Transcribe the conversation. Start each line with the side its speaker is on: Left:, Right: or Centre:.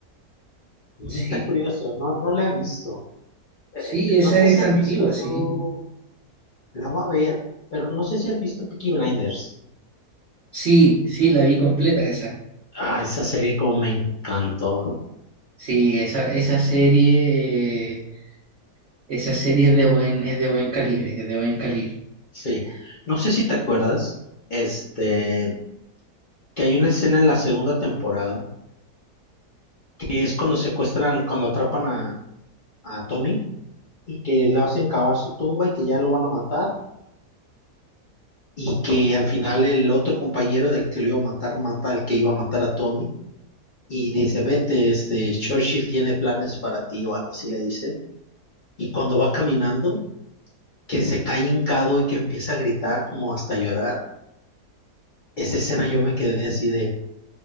Left: Mm,
Right: Sí,
Left: está curioso, no, no la he visto. Eh,
Right: sí,
Left: eh,
Right: esa
Left: no sé
Right: es
Left: si has
Right: antigua,
Left: visto
Right: sí.
Left: tú, la voy a ver, pero no sé si has visto Peaky Blinders.
Right: Sí, sí, la vi completa esa.
Left: Ah, esa serie como me encantó.
Right: Sí, esa, esa serie, eh, esa serie es de buen, es de buen calibre, es de buen calibre.
Left: Sí, no sé si te acuerdas, este, que hay una escena en la segunda temporada, que es cuando secuestran, cuando atrapan a, a Tommy y que le hacen cavar su tumba y que ya lo van a matar y que al final el otro compañero del que lo iba a matar mata al que iba a matar a Tommy y dice, vete, este, Churchill tiene planes para ti o algo así le dice. Y cuando va caminando, que se cae hincado y que empieza a gritar como hasta llorar. Esa escena yo me quedé así de,